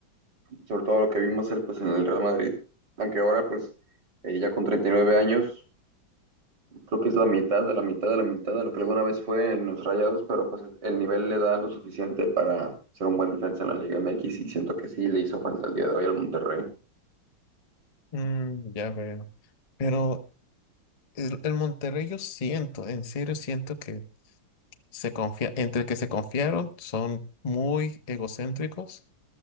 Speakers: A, on the right; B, on the left.
A: sobre todo lo que vimos él pues, en el Real Madrid, aunque ahora pues eh, ya con 39 años, creo que es la mitad de la mitad de la mitad de lo que alguna vez fue en los Rayados, pero pues el nivel le da lo suficiente para ser un buen defensa en la Liga MX y siento que sí le hizo falta el día de hoy al Monterrey.
B: Mm, ya veo. Pero el, el Monterrey yo siento, en serio siento que se confía, entre que se confiaron, son muy egocéntricos